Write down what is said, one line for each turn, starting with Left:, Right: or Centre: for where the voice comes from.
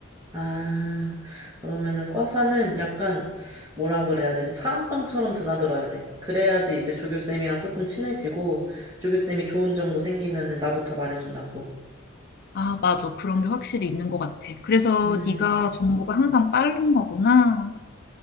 Right: 아, 그러면은 과사는 약간, 뭐라 그래야 되지? 사랑방처럼 드나들어야 돼. 그래야지 이제 조교쌤이랑 조금 친해지고, 조교쌤이 좋은 정보 생기면은 나부터 말해준다고.
Left: 아, 맞아. 그런 게 확실히 있는 것 같아. 그래서
Right: 음,
Left: 네가 정보가 항상 빠른 거구나.